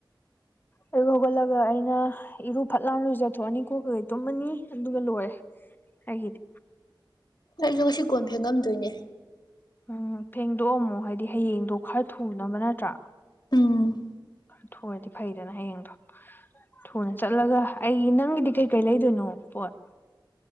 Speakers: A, on the left (about 25°); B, on the left (about 55°).
A: ꯑꯩ ꯍꯧꯒꯠꯂꯒ ꯑꯩꯅ ꯏꯔꯨꯞ ꯐꯠ ꯂꯥ ꯂꯨꯖꯊꯣꯛꯑꯅꯤ ꯀꯣꯛ ꯀꯁꯦ ꯇꯨꯝꯃꯅꯤ ꯑꯗꯨꯒ ꯂꯣꯏꯔꯦ ꯑꯩꯒꯤꯗꯤ
B: ꯑꯩꯗꯣ ꯉꯁꯤ ꯀꯣꯟ ꯐꯦꯡꯉꯝꯗꯣꯏꯅꯦ
A: ꯎꯝ ꯐꯦꯡꯗꯣꯛꯑꯝꯃꯣ ꯍꯥꯏꯗꯤ ꯍꯌꯦꯡꯗꯣ ꯈꯔ ꯊꯨꯅꯕ ꯅꯠꯇ꯭ꯔꯥ
B: ꯎꯝ
A: ꯊꯨꯑꯗꯤ ꯐꯩꯗꯅ ꯍꯌꯦꯡꯗꯣ ꯊꯨꯅ ꯆꯠꯂꯒ ꯑꯩꯒꯤ ꯅꯪꯒꯤꯗꯤ ꯀꯩꯀꯩ ꯂꯩꯗꯣꯏꯅꯣ ꯄꯣꯠ